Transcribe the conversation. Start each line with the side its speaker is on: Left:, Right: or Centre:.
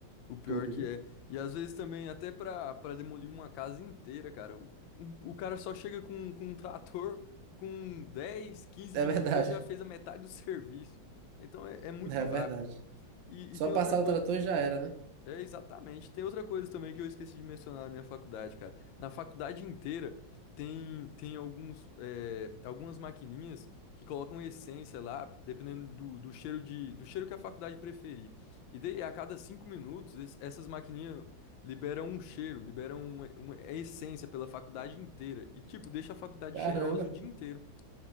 Left: O pior
Right: Tudo,
Left: que é. E às vezes também, até pra, pra demolir uma casa inteira, cara, o, um- o cara só chega com, com um trator, com dez quinze
Right: né?
Left: minutos
Right: É verdade.
Left: ele já fez
Right: <laughs>
Left: a metade do <laughs> serviço. Então é, é muito
Right: É verdade.
Left: rápido. E,
Right: Só
Left: e tem
Right: passar
Left: outra coisa,
Right: o trator e já era, né?
Left: é, exatamente. Tem outra coisa também que eu esqueci de mencionar na minha faculdade, cara. Na faculdade inteira tem, tem alguns, é, algumas maquininhas que colocam essência lá, dependendo do, do cheiro de, do cheiro que a faculdade preferir. E daí, a cada cinco minutos, es- essas maquininhas liberam um cheiro, liberam uma, uma essência pela faculdade inteira. E, tipo, deixa a faculdade
Right: Caramba.
Left: cheirosa o dia inteiro.